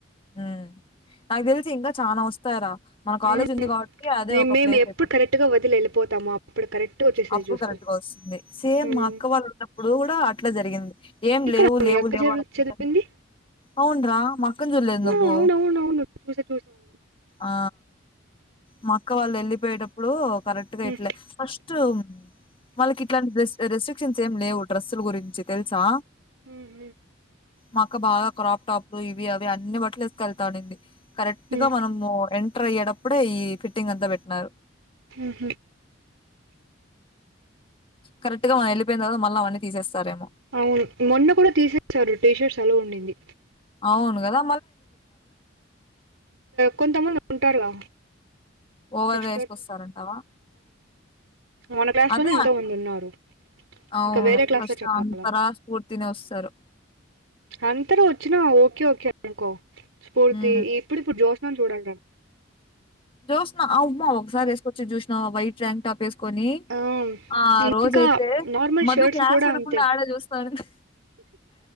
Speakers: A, on the left (about 25°); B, on the right (about 80°).
A: ఊ నాకు తెలిసి ఇంకా చానా వస్తాయ్ ర మన
B: అవును
A: కాలేజ్ ఉంది కాబట్టి అదే
B: నేను
A: ఒక
B: మేము
A: ప్లేస్
B: ఎప్పుడు
A: అయిపోతది
B: కరెక్ట్ గా వదిలి వెళ్ళిపోతాము అప్పుడు కరెక్ట్ వచ్చేసేది
A: అప్పుడు
B: చూసుకో
A: కరెక్ట్గా వస్తుంది సేమ్
B: ఉమ్.
A: మా అక్క వాళ్ళు ఉన్నప్పుడు కూడా అట్లా జరిగింది ఏం
B: ఇక్కడ
A: లేవు
B: మీ
A: లేవు
B: అక్క
A: లేవు
B: చదువు
A: అనుకుంట
B: చదివింది
A: అవున్రా మా అక్క
B: ఆ,
A: నువ్వు
B: అవును అవును అవును చూసా చూసా అవును
A: ఆ మా అక్క వాళ్ళు వెళ్ళి <unintelligible> బయేటప్పుడు కరెక్ట్ గా
B: ఉమ్,
A: ఇట్లే ఫస్ట్ వాల్కి ఇట్లాంటి రె రెసి క్షన్స్ ఏం లేవు డ్రస్ల గురించి తెలుసా
B: ఉమ్, ఉమ్,
A: మక్క బాగా క్రాప్ టాప్లు అ అన్ని బట్టలు తీసుకెళ్తాడి కరెక్ట్
B: ఉమ్,
A: గా మనము ఎ టర్ అయ్యేటప్పుడు ఈ ఫిట్టింగ్ అంతా పెట్టినన్నారు
B: హహ
A: కరెట్గా మన వెళ్ళపోయి తర్వాత మళ అన్నీ తీసస్తారేమో
B: అవును మొన్న కూడా తీసేసాడు టీషర్ట్స్ అల్లో ఉండింది
A: అవును కదా
B: కొంత మల్ ఉంటారుగా
A: ఓవర్‌గా
B: ఎక్
A: ఏసుకొస్తారంటావా?
B: మన క్లాస్
A: అదే
B: లోని ఎంతో మంది ఉన్నారు
A: అవును.
B: ఇంకా వేరే క్లాస్
A: ఫస్ట్
B: లో చెప్పాలా
A: అంతరా స్ఫూర్తినే వస్తారు.
B: అంతరూ వచ్చిన ఓకేఓే రంకో స్పోర్తే
A: హ్మ్.
B: ఎప్పుడు ఎప్పుడు జోస్ చూడాలి
A: జోష్నా అవ్వ ఒకసారిసుకోచ్చిది చూసినావ వైట్ర్ంక్ టాప్ వే కొని
B: ఆ
A: ఆ రోజయితే
B: ఇంకా నార్మల్
A: మధు
B: షర్ట్స్
A: క్లాస్
B: కూడా
A: వెనకుండా
B: అంతే
A: ఆడ చూస్తా ఉనింది